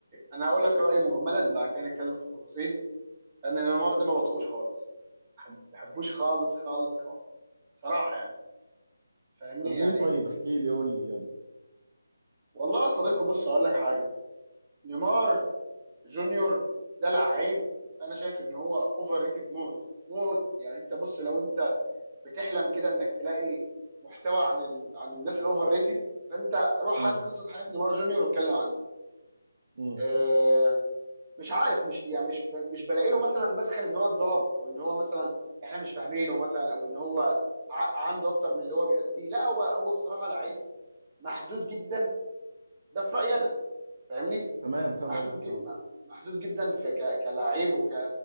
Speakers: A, on the right; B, on the right.
A: انا هقول لك رايي مجملا بعد كده نتكلم في التفاصيل لان نيمار ده ما بطقوش خالص ما بحبوش خالص خالص خالص بصراحه يعني فاهمني
B: طب
A: يعني
B: ليه طيب احكي لي قول لي يلا
A: والله يا صديقي بص هقول لك حاجه نيمار جونيور ده لعيب انا شايف ان هو اوفر ريتد موت موت يعني انت بص لو انت بتحلم كده انك تلاقي محتوى عن ال... عن الناس الاوفر ريتد فانت روح
B: امم
A: هات قصه حياه نيمار جونيور واتكلم عنها
B: امم
A: آه، مش عارف مش يعني مش ب- مش بلاقي له مثلا مدخل ان هو اتظلم او ان هو مثلا احنا مش فاهمينه مثلا او ان هو ع- عنده اكتر من اللي هو بيأديه لا هو هو بصراحه لعيب محدود جدا ده في رأيي انا فاهمني
B: تمام فاهم
A: محدود
B: قصدك
A: ج- م-
B: اه
A: محدود جدا في ك- كلاعب وك